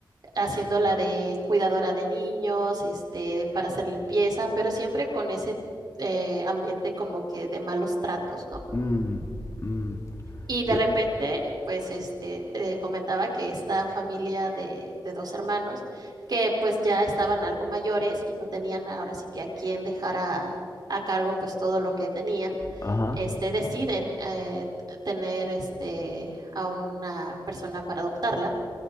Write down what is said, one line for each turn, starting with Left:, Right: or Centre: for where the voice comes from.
Right: haciéndola de cuidadora de niños, este, para hacer limpieza, pero siempre con ese eh, ambiente como que de malos tratos, ¿no?
Left: Mm, mm,
Right: Y de
Left: que-
Right: repente, pues, este, te comentaba que esta familia de, de dos hermanos, que pues ya estaban algo mayores y no tenían ahora sí que a quién dejar a, a cargo pues todo lo que tenían,
Left: ajá,
Right: este, deciden eh, t- tener este, a una persona para adoptarla.